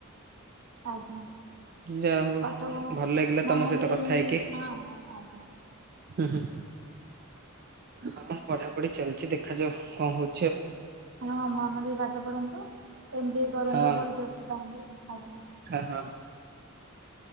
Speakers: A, on the right; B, on the right.
A: ଆଜ୍ଞା।
B: ଯା ହଉ
A: ପାଠ ପଢ଼
B: ଭଲ ଲାଗିଲା ତମ
A: ମନ
B: ସହିତ
A: ଦେଇ
B: କଥା ହେଇକି।
A: ହଁ ଆଜ୍ଞା।
B: ହୁଁ ହୁଁ ହଁ ପଢାପଢି ଚାଲିଛି ଦେଖାଯାଉ କଣ ହଉ
A: ହଁ ମନେ ଦେଇ ପାଠ ପଢ଼ନ୍ତୁ ଏମ ବି ଏ କରନ୍ତୁ
B: ହଁ
A: ଭଲ ଜବ ଟେ ପାଆନ୍ତୁ। ଆଜ୍ଞା।
B: ହଁ ହଁ।